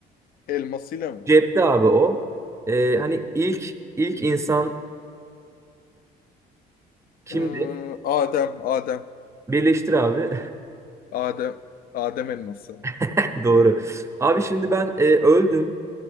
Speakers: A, on the left; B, on the right.
A: Elmasıyla mı?
B: Cepte abi o. Ee, hani ilk ilk insan kimdi?
A: Ee, Adem, Adem,
B: Birleştir abi.
A: Adem, Adem elması.
B: <laughs> Doğru. Abi şimdi ben e, öldüm.